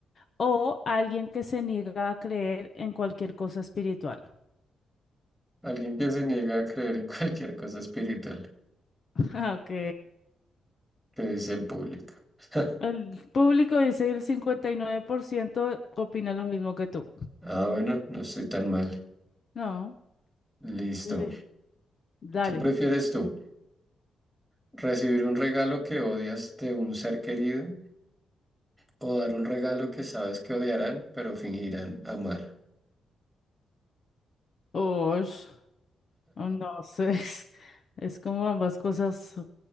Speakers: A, on the left (about 45°); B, in the centre.
A: o alguien que se niega a creer en cualquier cosa espiritual?
B: Alguien que se niega a creer en <laughs> cualquier cosa espiritual,
A: <laughs> Ok.
B: que dice el público. <laughs>
A: El público dice el 59% opina lo mismo que tú.
B: Ah, bueno, no estoy tan mal.
A: No,
B: Listo.
A: le- dale.
B: ¿Qué prefieres tú? ¿Recibir un regalo que odias de un ser querido o dar un regalo que sabes que odiarán, pero fingirán amar?
A: Osh, no sé. <laughs> Es como ambas cosas,